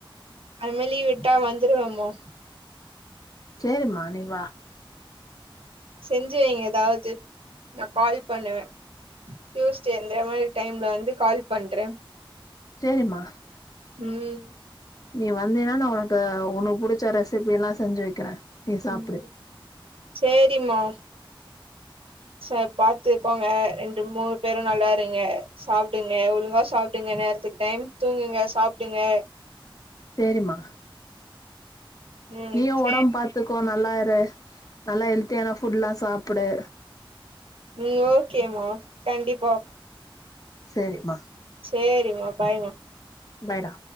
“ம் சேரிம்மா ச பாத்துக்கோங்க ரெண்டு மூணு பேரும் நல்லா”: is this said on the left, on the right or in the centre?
Right